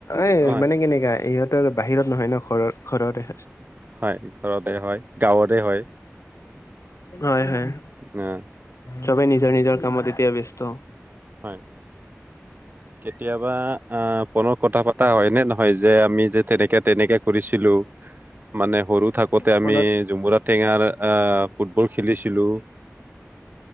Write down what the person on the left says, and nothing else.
এই
মানে কেনেকা ইহঁতৰ বাহিৰত নহয় ন ঘৰৰ ঘৰতে হয়।
হয়ঁ হয়ঁ।
চবে নিজৰ নিজৰ কামত এতিয়া ব্যস্ত।
ফোনত